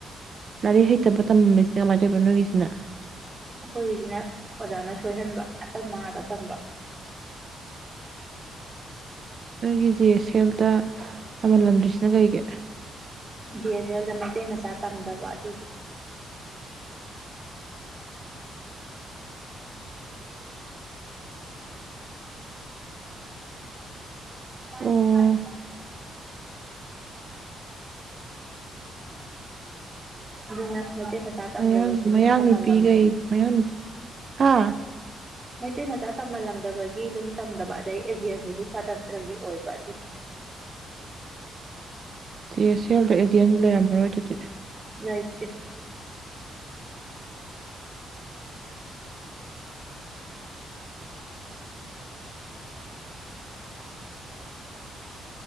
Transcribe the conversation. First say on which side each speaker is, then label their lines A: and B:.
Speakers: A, on the right; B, on the right.
A: ꯂꯥꯏꯔꯤꯛ ꯍꯩꯇꯕ ꯇꯝꯃꯝꯃꯤ ꯀꯃꯥꯏꯅ ꯇꯩꯕ ꯅꯣꯏꯒꯤꯁꯤꯅ
B: ꯑꯩꯈꯣꯏꯒꯤꯁꯤꯅ ꯑꯣꯖꯥꯅ ꯁꯣꯏꯍꯟꯕ ꯑꯇꯝꯕ ꯉꯥꯛꯇ ꯇꯝꯕ
A: ꯅꯪꯒꯤ ꯖꯤꯦ ꯑꯦꯁ ꯑꯦꯜꯗ ꯇꯝꯍꯜꯂꯝꯗ꯭ꯔꯤꯁꯤꯅ ꯀꯩꯒꯤ
B: ꯖꯤ ꯑꯦ ꯁꯦꯜꯗ ꯃꯩꯇꯩ ꯃꯆꯥ ꯇꯝꯗꯕ ꯑꯗꯨꯒꯤ <unintelligible>
A: ꯑꯣ
B: ꯑꯗꯨꯅ ꯃꯩꯇꯩ ꯃꯆꯥ ꯇꯝꯗꯕꯒꯤ
A: ꯃꯌꯥꯡ
B: ꯑꯗꯨꯝ
A: ꯃꯌꯥꯡ
B: ꯇꯝꯍꯜꯂꯝꯗ꯭ꯔꯕ
A: ꯅꯨꯄꯤꯈꯩ ꯃꯌꯥꯡ ꯅꯨ ꯍꯥ
B: ꯃꯩꯇꯩ ꯃꯆꯥ ꯇꯝꯍꯜꯂꯝꯗꯕꯒꯤ ꯑꯗꯨꯝ ꯇꯝꯗꯕ ꯑꯗꯩ ꯑꯦꯖꯦꯟꯗꯨꯁꯨ ꯁ꯭ꯋꯥꯇꯟꯇ꯭ꯔꯒꯤ ꯑꯣꯏꯕ ꯑꯗꯨꯒꯤ
A: ꯁꯤ ꯑꯦ ꯁꯤ ꯑꯦꯜꯗ ꯑꯦꯖꯦꯟ ꯂꯩꯔꯝꯃꯔꯣꯏ ꯑꯗꯨꯗꯤ
B: ꯂꯩꯇꯦ <unintelligible>